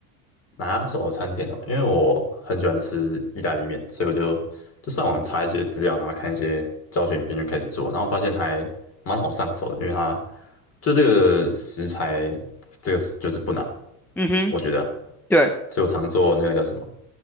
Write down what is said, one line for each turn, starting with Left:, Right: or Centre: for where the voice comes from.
Left: 拿手餐点哦，因为我很喜欢吃意大利面，所以我就就上网查一些资料，然后看一些教学影片就开始做，然后发现还蛮好上手的，因为它就这个食材这个就是不难，
Centre: 嗯哼，
Left: 我觉得，
Centre: 对，
Left: 所以我常做那个叫什么，